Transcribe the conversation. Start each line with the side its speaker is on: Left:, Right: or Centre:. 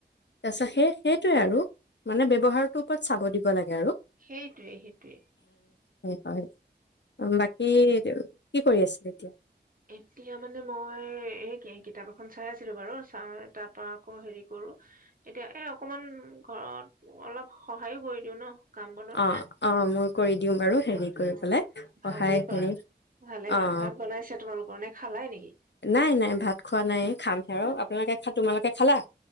Left: তাৰ পিছত সেই সেইটোৱে আৰু মানে ব্যৱহাৰটোৰ ওপৰত চাব দিব লাগে আৰু
Right: সেইটোৱে সেইটোৱে
Left: হয় হয় বাকী কি কৰি আছিল এতিয়া
Right: এতিয়া মানে মই এই কি কিতাপ এখন চাই আছিলো বাৰু চাওঁ তাৰ পৰা আকৌ হেৰি কৰো এতিয়া এই অকমান ঘৰত অলপ সহায়ো কৰি দিওঁ ন কাম বনত,
Left: অ' অ' মোৰ কৰি দিওঁ বাৰু হেৰি
Right: ভাত
Left: কৰি
Right: অ
Left: পেলাই সহায়
Right: ভালেই
Left: হেৰি
Right: কৰা ভালেই
Left: অ'
Right: কৰা ভাত বনাইছে তোমালোকৰ নে খালাই নেকি
Left: নাই নাই ভাত খোৱা নাই, খামহে আৰু তোমালোকে তোমালোকে খালা?